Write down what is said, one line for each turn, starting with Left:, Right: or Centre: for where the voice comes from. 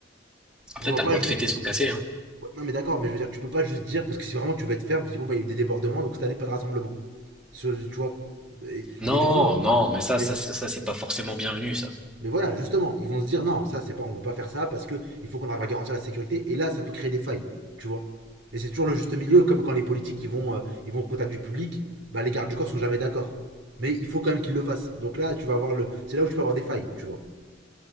Centre: Après,
Right: On doit
Centre: t'as
Right: pas
Centre: le droit
Right: juste.
Centre: de fêter sans casser, hein.
Right: Ouais, non mais d'accord, mais je veux dire, tu peux pas juste dire parce que si vraiment tu veux être ferme, tu dis bon bah il y a eu des débordements, donc cette année pas de rassemblement. Ce- tu vois. Et,
Centre: Non,
Right: et du coup,
Centre: non, mais ça,
Right: mais
Centre: ça, ça, ça, c'est pas forcément bienvenu, ça.
Right: Mais voilà, justement, ils vont se dire non, ça c'est pas, on peut pas faire ça parce que il faut qu'on arrive à garantir la sécurité. Et là, ça peut créer des failles, tu vois. Et c'est toujours le juste milieu, comme quand les politiques ils vont, euh, ils vont au contact du public, bah les gardes du corps sont jamais d'accord. Mais il faut quand même qu'ils le fassent. Donc là, tu vas avoir le, c'est là où tu peux avoir des failles, tu vois.